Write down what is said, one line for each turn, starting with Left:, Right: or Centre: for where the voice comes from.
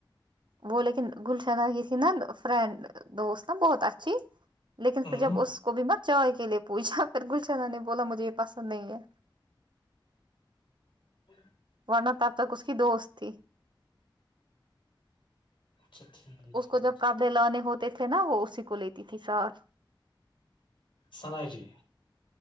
Right: وہ لیکن گلشدہ کی تھی نا فرینڈ دوست نا بہت اچھی لیکن
Left: ہوں
Right: پھر جب اس کو بھی مت چائے کے لیے پوچھا پھر گلشناہ نے بولا مجھے یہ پسند نہیں ہے
Left: ہ
Right: ورنہ تب تک اس کی دوست تھی
Left: اچھا ٹھیک ٹھیک
Right: اس کو جب قابڑے لے ہوتے تھے نا وہ اسی کو لیتی تتھی ساات
Left: ثنا جی